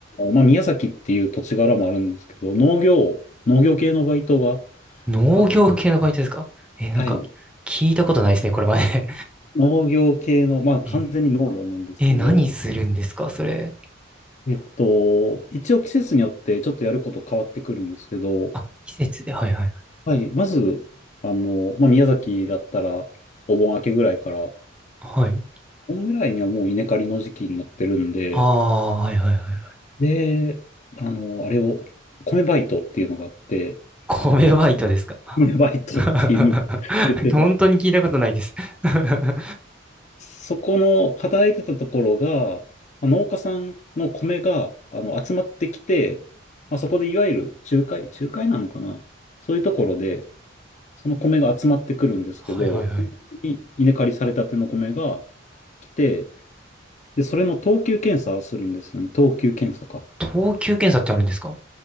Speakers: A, on the left; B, in the centre.
A: まあ、宮崎っていう土地柄もあるんですけど、農業、農業系のバイトが
B: 農業系のバイトですかえ、
A: あ、
B: なんか、
A: はい。
B: 聞いたことないですね、これまで。
A: 農業系の、
B: <laughs>
A: まあ完全に農業なんですけど、
B: え、え、何するんですかそれ。
A: えっと、一応季節によってちょっとやること変わってくるんですけど、
B: あ、季節で。はいはい。
A: はい。まず、あの、まあ宮崎だったら、お盆明けぐらいから、
B: はい。
A: お盆ぐらいにはもう稲刈りの時期になってるんで、
B: ああ、はいはいはい。
A: で、あの、あれを、米バイトっていうのがあって、
B: 米バイトですか
A: 米バイトっていう意味言ってた。
B: <laughs> 本当に聞いたことないです <laughs>
A: そこの働いてたところが、まあ農家さんの米があの集まってきて、まあ、そこでいわゆる仲介、仲介なのかなそういうところで、その米が集まってくるんですけど、
B: はいはいはい。
A: 本当に稲刈りされたての米が来て、で、それの等級検査するんですよね。等級検査か。
B: 等級検査ってあるんですか